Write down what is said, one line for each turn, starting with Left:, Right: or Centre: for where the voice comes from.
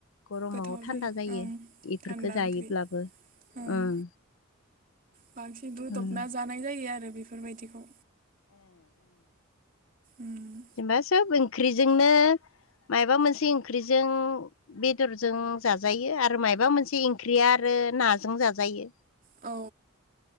Left: गरमाव
Right: गोथाव
Left: थान्दा
Right: जायो ओं
Left: इफोरखो
Right: थान्दा
Left: जायोब्लाबो
Right: ओंख्रि ओं।
Left: उम
Right: बांसिन रुदबना
Left: उम
Right: जानाय जायो आरो बेफोरबायदिखौ उम
Left: जेनेबा सोब ओंख्रिजोंनो माबा मोनसे ओंख्रिजों बेदरजों जाजायो आरो मबा मोनसे ओंख्रिया आरो नाजों जाजायो।
Right: औ।